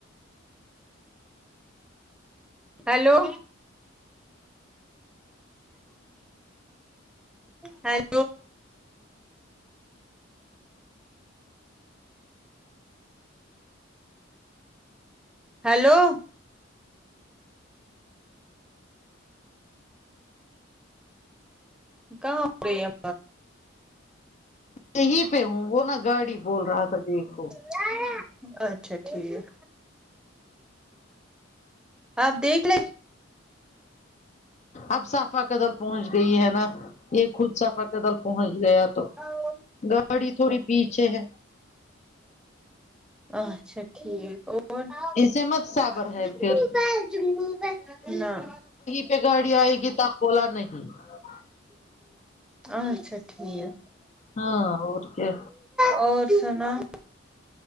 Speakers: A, in the centre; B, on the left.
A: ہیلو ہائے ہیلو کہاں پہ ہو اب
B: یہیں پہ ہوں وہ نا گاڑی بول رہا تھا دیکھو
A: جارہے ہے اچھا ٹھیک آپ دیکھ لیں
B: اب صافہ قدل پہنچ گئی ہے نا یہ خود صافہ قدل پہنچ گیا تو
A: ہاو
B: گاڑی تھوڑی پیچھے ہے
A: اچھا ٹھیک اور دل
B: اسے مت صبر ہے
A: ڈوبا
B: پھر
A: دل ڈوبا ہاں
B: کہ گاڑی آئے گی تق بولا نہیں ہ <unintelligible>
A: آ اچھا ٹھیک ہے
B: ہاں اور کیا
A: اور سناو